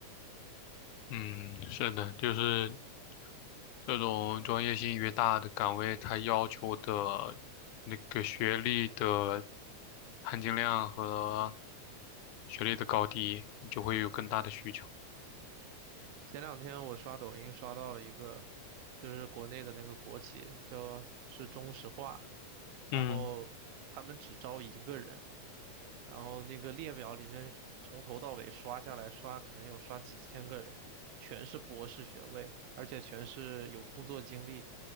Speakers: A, on the left; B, on the right.
A: 嗯，是的，就是这种专业性越大的岗位，它要求的那个学历的含金量和学历的高低，就会有更大的需求。
B: 前两天我刷抖音刷到了一个，就是国内的那个国企，叫是中石化，然后他们只招一个人，
A: 嗯
B: 然后那个列表里面是从头到尾刷下来刷，可能有刷几千个人，全是博士学位，而且全是有工作经历，